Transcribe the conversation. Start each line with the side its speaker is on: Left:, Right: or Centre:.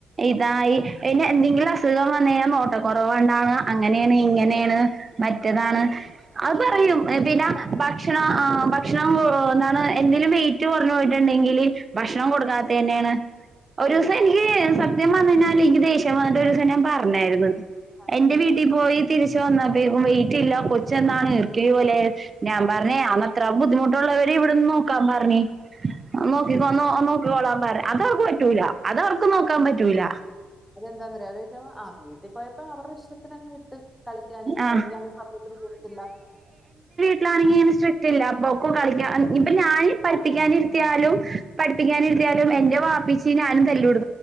Right: ഇതായി പിന്നെ എന്തെങ്കിലും അസുഖം വന്ന കഴഞ്ഞാൽ നോട്ട കൊറോവോണ്ടാണ് അങ്ങനെയാണ് ഇങ്ങനെയാണ് മറ്റതാണ്
Centre: പറയും
Right: അത് പറയും
Centre: ഒന്ന് തുമ്മിയാ
Right: പിന്ന ഭക്ഷണം ഭക്ഷണം ആ ഭക്ഷണം കൊറഞ്ഞാണ്
Centre: പറയും
Right: എന്തെലും വെയിറ്റ് കോർഞ്ഞു പോയിട്ടുണ്ടെങ്കിൽ ഭക്ഷണം കൊടുക്കാത്തന്നെണ്
Centre: പറയും
Right: ഒരു ദിവസം
Centre: പറയും
Right: നിക്ക് സത്യം പറഞ്ഞാല് ഇന്ക് ദേഷ്യം വന്നിട്ട് ഒരുസം ഞാൻ പറഞ്ഞാരുന്നു
Centre: അതല്ലേ
Right: എന്റെ വീട്ടിൽ പോയി തിരിച്ചു വന്നതെക്കും വെയിറ്റ്ല്ല കൊച്ച് എന്നാണ് ഈർക്കില് പോലെയി ഞാൻ പറഞ്ഞു ഞാൻ അത്രയും ബുദ്ധിമുട്ടുള്ളവര് ഇവിടെന്ന് നോക്കാം പറഞ് നോക്കിക്കോളാൻ പർഞ് അതവർക്ക് പറ്റൂല അതവർക്ക് നോക്കാൻ പറ്റൂല പറ്റൂല
Centre: അതെന്താങ്ങനെ ആ വീട്ടിൽ പോയപ്പോ അവര്ടെ ഇഷ്ടത്തിനങ് വിട്ടു കഴിക്കാന്
Right: ആഹ്
Centre: കഴിക്കാനും സമയത്തിന് കൊട്ക്കത്തില്ല
Right: പ്പാണെങ്കിങ്ങനെ സ്ട്രിക്ട് ഇല്ല പ്പോ ക്ക് കളിക്കാൻ ഇപ്പ ഞാൻ പഠിപ്പിക്കാനിരര്ത്തിയാലും
Centre: കളിക്കാൻ പോവാം
Right: പഠിപ്പിക്കാനിര്ത്തിയാലും എന്റെവാപ്പച്ചി ഞാനും തല്ലൂടു